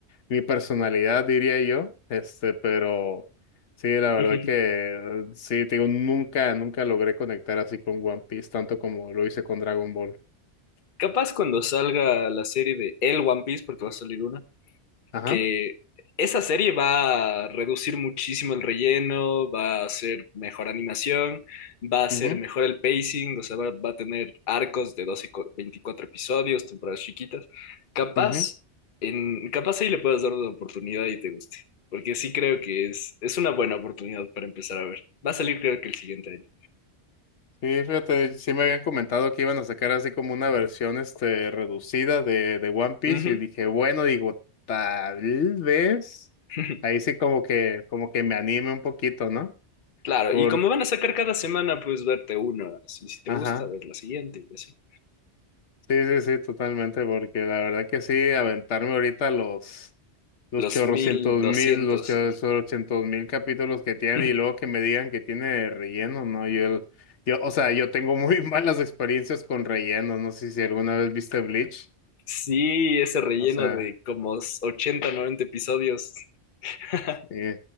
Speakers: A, on the left (about 80°); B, on the left (about 50°).
A: mi personalidad, diría yo. Este, pero sí, la
B: <laughs>
A: verdad que eh, sí, te digo, nunca, nunca logré conectar así con One Piece, tanto como lo hice con Dragon Ball.
B: Capaz cuando salga la serie de El One Piece, porque va a salir una,
A: Ajá.
B: que esa serie va a reducir muchísimo el relleno, va a ser mejor animación, va a
A: mhm
B: ser mejor el pacing, o sea, va, va a tener arcos de 12 y co- 24 episodios, temporadas chiquitas. Capaz,
A: mhm
B: en, capaz ahí le puedas dar una oportunidad y te guste, porque sí creo que es, es una buena oportunidad para empezar a ver. Va a salir creo que el siguiente año.
A: Sí, fíjate, sí me habían comentado que iban a sacar así como una versión este reducida de, de One Piece
B: Ujú.
A: y dije, bueno, digo, tal vez
B: <laughs>
A: ahí sí como que como que me anime un poquito, ¿no?
B: Claro,
A: Por,
B: y como van a sacar cada semana, pues verte uno, así si te
A: ajá.
B: gusta, ver la siguiente y así.
A: Sí, sí, sí, totalmente, porque la verdad que sí aventarme ahorita los los
B: Los
A: chorrocientos
B: mil doscientos
A: mil, los chorrocientos mil capítulos que tienen
B: <laughs>
A: y luego que me digan que tiene relleno, ¿no? Yo yo, o sea, yo tengo muy <laughs> malas experiencias con relleno, no sé si alguna vez viste Bleach.
B: Sí, ese relleno
A: O sea,
B: de como 80 90 episodios. <laughs>
A: sí,